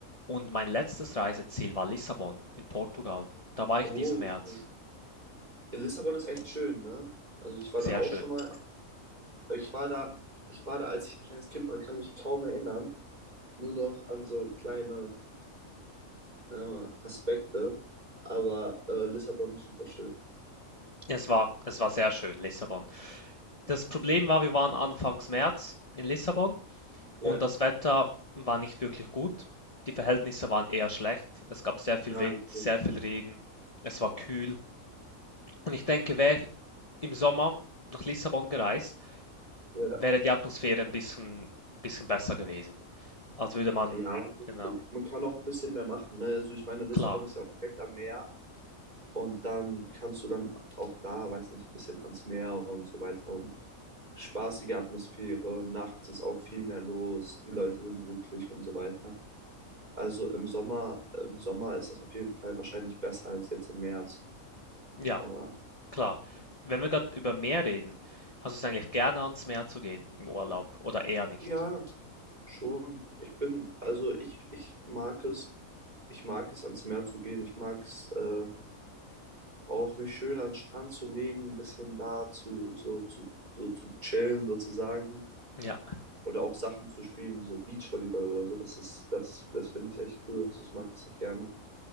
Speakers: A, on the left; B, on the right.
A: und mein letztes Reiseziel war Lissabon in Portugal. Da war ich
B: Oh,
A: diesen März.
B: okay. Lissabon ist echt schön, ne? Also ich war
A: Sehr
B: da auch
A: schön.
B: schon mal, ich war da, ich war da, als ich ein kleines Kind war, kann mich kaum erinnern, nur noch an so kleine äh, Aspekte, aber äh, Lissabon ist super schön.
A: Es war, es war sehr schön, Lissabon. Das Problem war, wir waren anfangs März in Lissabon
B: Ja,
A: und das Wetter war nicht wirklich gut. Die Verhältnisse waren eher schlecht. Es gab sehr viel
B: ja,
A: Wind,
B: okay.
A: sehr viel Regen. Es war kühl. Und ich denke, wäre ich im Sommer nach Lissabon gereist,
B: Ja.
A: wäre die Atmosphäre ein bisschen, bisschen besser gewesen. Als würde man,
B: ja,
A: genau,
B: man kann auch ein bisschen mehr machen, ne? Also ich meine, Lissabon
A: klar,
B: ist ja auch direkt am Meer und dann kannst du dann auch da, weiß nicht, ein bisschen ans Meer und so weiter und spaßige Atmosphäre, nachts ist auch viel mehr los, die Leute sind glücklich und so weiter. Also im Sommer, im Sommer ist das auf jeden Fall wahrscheinlich besser als jetzt im März.
A: ja,
B: Aber
A: klar. Wenn wir gerade über Meer reden, hast du es eigentlich gerne ans Meer zu gehen im Urlaub oder eher nicht?
B: ja, schon. Ich bin, also ich, ich mag es, ich mag es ans Meer zu gehen. Ich mag es äh, auch mich schön an den Strand zu legen, ein bisschen da zu, so zu, so zu chillen sozusagen.
A: Ja,
B: Oder auch Sachen zu spielen, wie so Beachvolleyball oder so. Das ist, das, das finde ich echt cool. Also ich mag das echt gerne.